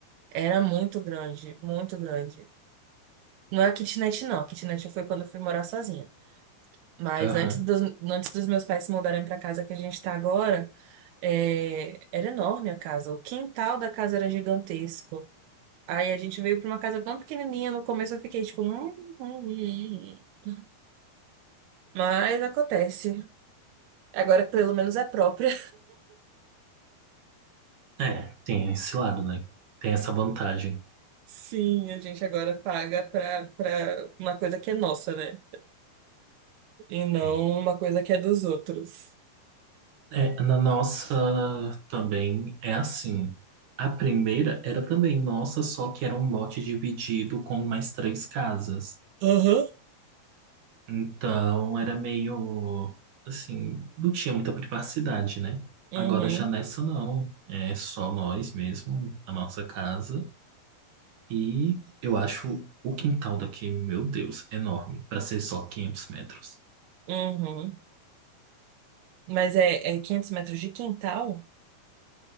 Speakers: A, on the right; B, on the right.
A: era muito grande, muito grande. Não é a kitnet, não. A kitnet foi quando eu fui morar sozinha. Mas
B: aham.
A: antes dos, antes dos meus pais se mudarem pra casa que a gente tá agora, é, era enorme a casa. O quintal da casa era gigantesco. Aí a gente veio pra uma casa tão pequenininha. No começo eu fiquei tipo, hum, hum, hum. hum, hum." Mas acontece. Agora pelo menos é próprio.
B: É, tem esse lado, né? Tem essa vantagem.
A: Sim, a gente agora paga pra, pra uma coisa que é nossa, né? E não
B: É.
A: uma coisa que é dos outros.
B: É, na nossa também é assim. A primeira era também nossa, só que era um lote dividido com mais três casas.
A: Aham.
B: Então, era meio assim, não tinha muita privacidade, né?
A: Uhum,
B: Agora já nessa não, é só nós mesmo, a nossa casa. E eu acho o quintal daqui, meu Deus, enorme, para ser só quinhentos metros.
A: uhum. Mas é, é 500 metros de quintal?